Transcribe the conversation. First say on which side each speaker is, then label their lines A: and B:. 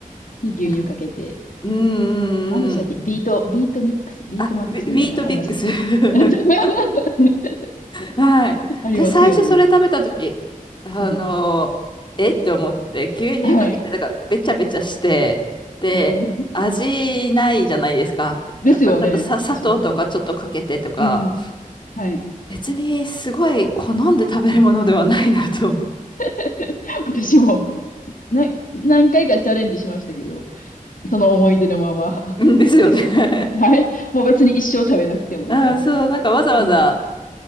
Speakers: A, on the left; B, on the left.
A: に牛乳かけて。
B: なんか、うんうんうん。
A: 何でしたっけビート、ビートミックス、ビートマックスみたいな、
B: あ、ウィ、ウィートビックス。
A: ありますね。<laughs>
B: <laughs> はい。
A: ありますよね。
B: で、最初それ食べたとき、あのー、
A: うん。
B: えって思って、牛乳かけて、
A: はい。
B: なんか、べちゃべちゃして、で、
A: <laughs>
B: 味ないじゃないですか。
A: ですよね。
B: だから、ちょっとさ、砂糖とかちょっとかけてとか、
A: 私も。うん。うんはい。
B: 別にすごい好んで食べるものではないなと思う。
A: <laughs> 私も、な、何回かチャレンジしましたけど、その思い出のまま
B: うんですよね。
A: <laughs> です。
B: <laughs>
A: はい。もう別に一生食べなくてもいいかな。
B: うん、そう、なんかわざわざ、
A: うん。